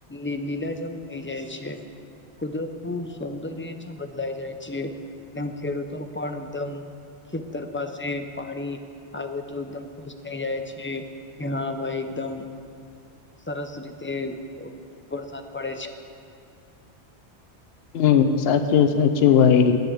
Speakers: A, on the left; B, on the left.
A: લી લીલાજમ થઇ જાય છે. કુદરતનું સૌંદર્ય જે બદલાઈ જાય છે. તેમ ખેડૂતો પણ એકદમ ખેતર પાસે શે પાણી આવે તો એકદમ ખુશ થઈ જાય છે કે હા ભાઈ એકદમ સરસ રીતે વરસાદ પડે છે.
B: હમ સાચું સાચું ભાઈ.